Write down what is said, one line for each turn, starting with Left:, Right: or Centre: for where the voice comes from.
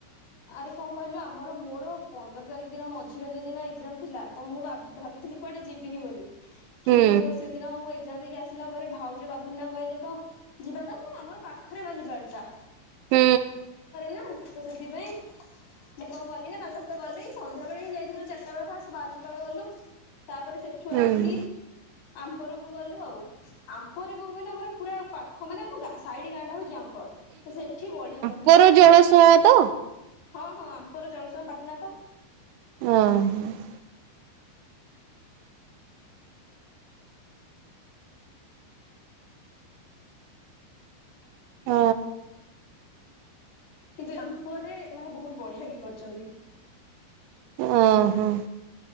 Left: ଆରେ କଣ କହିଲୁ ଆମର ମୋର ପନ୍ଦର ତାରିଖ୍ ଦିନ ମଝି ରଜ ଦିନ ଏକ୍ଜାମ୍ ଥିଲା ତ ମୁଁ ଭା ଭାବିି କୁଆଡ଼େ ଯିବିନି ବୋଲି
Right: ହୁଁ
Left: କିନ୍ତୁ ସେଦିନ ମୁଁ ଏକ୍ଜାମ୍ ଦେଇକି ଆ ଆସିଲା ପରେ ଭାଉଜ ବାବୁନା କହିଲେ ତ ଯିବା ପାଇଁ ତ ଆମର ପାଖରେ ବାଲିପାଲଟା।
Right: ହୁଁ।
Left: ତ ସେଥିପାଇଁ ମୁଁ କଣ କଲି ନା ତାଙ୍କ ସହିତ ଗଲି ସନ୍ଧ୍ୟା ବେଳେ ହିଁ ଯାଇଥିଲୁ ଚାରିଟା ବେଳେ ଫାଷ୍ଟ୍ ବାଲିପାଳ ଗଲୁ। ତାପରେ ସେଠୁ
Right: ହୁଁ
Left: ଆସିକି ଆମ୍ପୋରକ ଗଲୁ ଆଉ ଆମ୍ପରେ କଣ କହିଲୁ ଆମର ପୁରା ପାଖ ମାନେ ଆମ ସାଇଡି଼ ଗାଁଟା ହଉଛି ଆମ୍ପ। ତ ସେଠି ବଢ଼ିଆ କ
Right: ଉପର ଜଳସୁଆ ତ।
Left: ହଁ ହଁ ଆମ୍ପପର ଜଳସୁଆ ପାଟଣା ତ।
Right: ହଁ । ହଁ।
Left: କିନ୍ତୁ ଆମ୍ପରରେ ମାନେ ବହୁତ୍ ବଢ଼ିଆ କି କରିଚନ୍ତି।
Right: ଓ ହୋ।